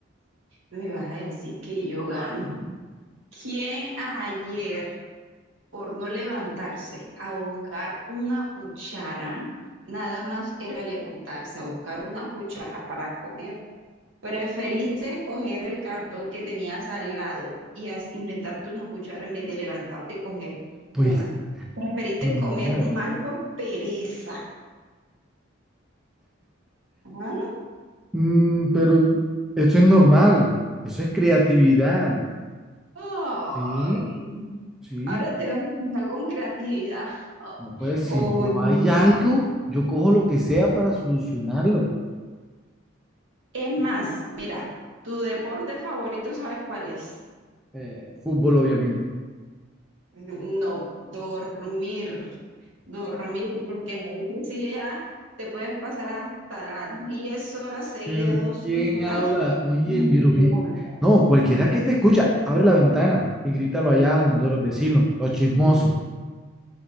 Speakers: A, on the right; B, in the centre.
A: me vas a decir que yo gano. ¿Quién ayer, por no levantarse a buscar una cuchara, nada más era levantarse a buscar una cuchara para comer, Preferiste escoger el cartón que tenías al lado y as- inventarte una cuchara en vez de levantarte y coger
B: Pues
A: una. Preferiste
B: no.
A: comer mal por pereza. Ah,
B: Mm, pero eso es normal, eso es creatividad,
A: Ay,
B: ¿sí? Sí,
A: ahora te vas a empezar con creatividad.
B: no puede, si
A: Oye,
B: no hay algo, yo cojo lo que sea para solucionarlo.
A: es más, mira, tu deporte favorito, ¿sabes cuál es?
B: Eh, fútbol, obviamente.
A: No, dormir, dormir, porque la necesidad te puedes pasar hasta las 10 horas seguidas,
B: Pero
A: 12
B: ¿quién
A: horas
B: habla?
A: que
B: Oye,
A: ni
B: pero
A: te
B: vi-
A: levantas.
B: No, cualquiera que te escucha, abre la ventana y grítalo allá de los vecinos, los chismosos.